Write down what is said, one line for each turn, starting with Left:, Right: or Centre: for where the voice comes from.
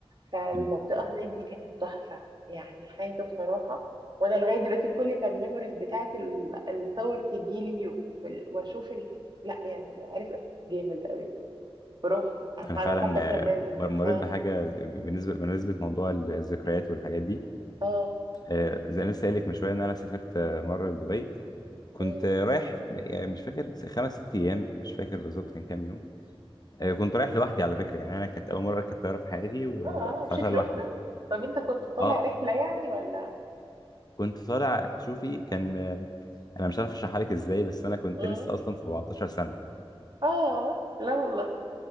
Right: فالمنطقة
Left: مم.
Right: هناك دي كانت تحفة يعني حاجة بصراحة وانا لغاية دلوقتي كل ما الميموريز بتاعت ال- الصور تجيلي وفي ال- واشوف ال... لا يعني عارف احساس جامد قوي بروح يعني
Left: أنا
Right: انا
Left: فعلا
Right: حتى كمان
Left: آه، مريت
Right: اه
Left: بحاجة بالنسبة بالنسبة لموضوع الذكريات والحاجات دي
Right: اه
Left: آه، زي ما لسه قايل لك من شوية إن أنا سافرت آه، مرة لدبي كنت
Right: اه
Left: آه، رايح يعني مش فاكر خمس ست أيام مش فاكر بالظبط كان كام يوم آه، كنت رايح لوحدي على فكرة يعني أنا كانت أول مرة أركب طيارة في حياتي وطلعتها
Right: اه, آه مشيت لوحدك
Left: لوحدي
Right: طب انت كنت طالع
Left: أه
Right: رحلة يعني ولا
Left: كنت طالع شوفي كان آه، انا مش عارف اشرحها لك ازاي بس انا كنت
Right: مم.
Left: لسه اصلا 17 سنه
Right: اه لا والله